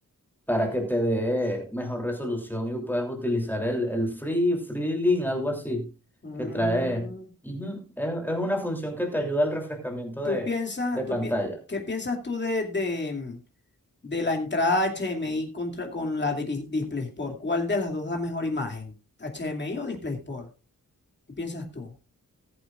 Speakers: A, in the centre; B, on the left (about 30°).
A: para que te dé mejor resolución y puedas utilizar el, el Free, Freelink, algo así,
B: Mm,
A: que trae. Ujú, Es, es una función que te ayuda al refrescamiento
B: ¿tú
A: de,
B: piensas,
A: de
B: tú
A: pantalla.
B: pi- qué piensas tú de, de- mm, de la entrada HMI contra, con la diri- DisplayPort? ¿Cuál de las dos da mejor imagen? ¿HMI o DisplayPort? ¿Qué piensas tú?